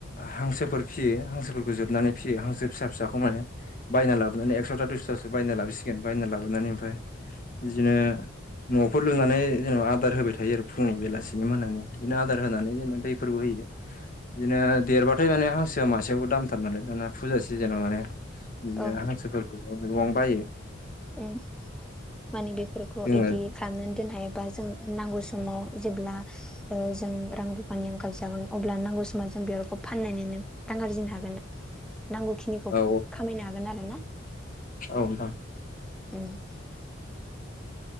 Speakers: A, on the left; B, in the centre.
A: हांसोफोर फियो हांसोफोरखौ जोबनानै फियो हांसो फिसा-फिसाखौ माने बायना लाबोनानै एकस'ता दुइस'तासो बायना लाबोसिगोन बायना लाबोनानै ओमफ्राय बिदिनो न'फोर लुनानै नेबा आदार होबाय थायो आरो फुंनि बेलासिनि मोनानि। बिदिनो आदार होनानै जेनबा दैफोरबो होयो बिदिनो देरबाथाय माने हांसोआ मासेयावबो दामथार नालाय दाना फुजा सिजोनाव माने बिदिनो
B: औ
A: हांसोफोरखौबो गोबां बायो।
B: उम माने बेफोरखौ
A: जोङो
B: इदि खालामनानै दोननो हायोबा जों नांगौ समाव जेब्ला ओ जों रां रुफानि आंखाल जागोन अब्ला नांगौ समाव जों बेफोरखौ फान्नानो दां आरजिनो हागोन नांगौखिनिखौ
A: औ
B: खामायनो हागोन आरो ना।
A: औ नोंथां
B: उम